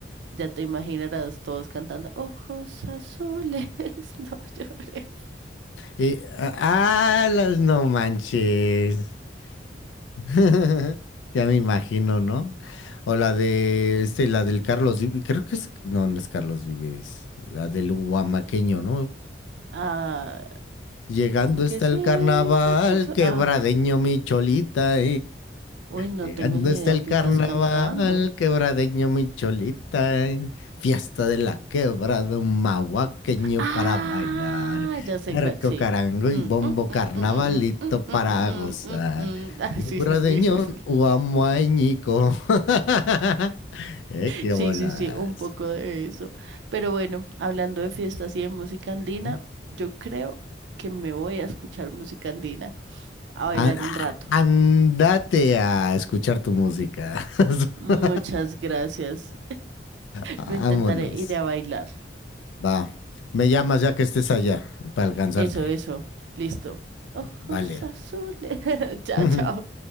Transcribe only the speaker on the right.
Ya te imaginarás todos cantando ojos azules, <laughs> no llores.
Ah,
fue que
sí,
fue que eso.
Ah,
uy, no
tengo ni
idea
que
estás cantando.
Ah,
ya sé
cuál, sí.
Mm,
mm, mm,
mm, mm, mm,
mm, mm, mm,
mm, mm. mm, mm. <laughs> Ah,
sí, sí, sí, sí, sí.
Sí,
sí, sí, un poco de eso. Pero bueno, hablando de fiestas y de música andina,
yo creo que me voy a escuchar música andina, a bailar
un rato.
Muchas gracias.
Lo intentaré, iré a bailar.
Eso, eso. Listo. Ojos
azules. <laughs> Chao,
chao.